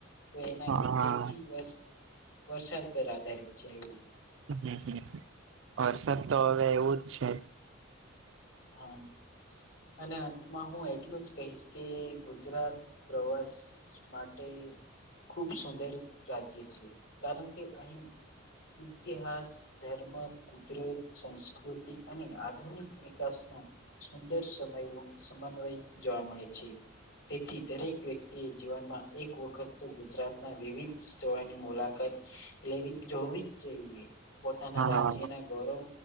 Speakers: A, on the left; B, on the right.
A: એના
B: હા
A: એથી વરસાદ પર આધારિત છે એવું
B: હમ હમ વરસાદ તો હવે એવું જ છે
A: હા અને અંતમાં હું એટલું જ કહીશ કે ગુજરાત પ્રવાસ માટે ખૂબ સુંદર રાજ્ય છે કારણ કે અહીં ઇતિહાસ ધર્મ કુદરત સંસ્કૃતિ અને આધુનિક વિકાસ સુંદર સમય સમન્વય જોવા મળે છે તેથી દરેક વ્યક્તિ એ જીવનમાં એક વખત તો ગુજરાતના વિવિધ સ્થળોની મુલાકાત લેવી જોવીજ જોઈએ પોતાના
B: હા
A: રાજ્યના ગૌરવ